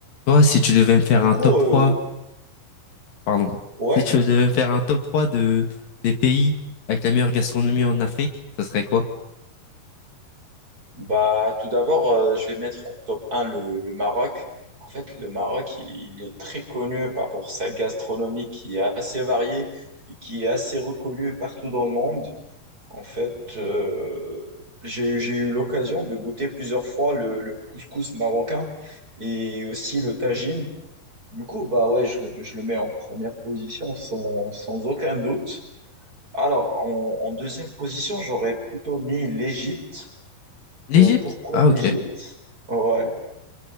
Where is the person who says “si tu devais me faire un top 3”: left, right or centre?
Left